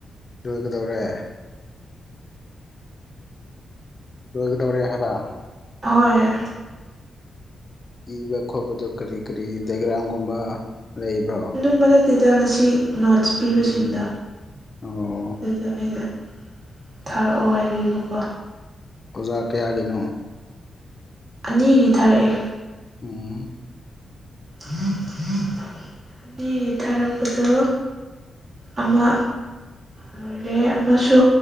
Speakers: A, on the left; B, on the right.
A: ꯂꯣꯏꯒꯗꯧꯔꯦ ꯂꯣꯏꯒꯗꯧꯔꯦ ꯍꯥꯏꯕ
B: ꯍꯣꯏ
A: ꯏꯕ ꯈꯣꯠꯄꯗꯣ ꯀꯔꯤ ꯀꯔꯤ ꯗꯥꯏꯒ꯭ꯔꯥꯎꯝꯒꯨꯝꯕ ꯂꯩꯕ꯭ꯔꯣ
B: ꯀꯝꯕ ꯅꯠꯇꯦꯗ ꯉꯁꯤ ꯅꯣꯠꯁ
A: ꯎꯝ
B: ꯄꯤꯕꯁꯤꯡꯗꯣ
A: ꯑꯣ
B: ꯑꯗꯨꯗ ꯑꯩꯅ ꯊꯥꯔꯛꯑꯣ ꯍꯥꯏꯕꯤꯕꯀꯣ
A: ꯑꯣꯖꯥ ꯀꯌꯥꯒꯤꯅꯣ
B: ꯑꯅꯤꯒꯤ ꯊꯥꯔꯛꯑꯦ
A: ꯎꯝ
B: ꯎꯝ ꯎꯨꯝ ꯑꯅꯤꯒꯤ ꯊꯥꯔꯛꯄꯗꯣ ꯑꯃ ꯂꯣꯏꯔꯦ ꯑꯃꯁꯨ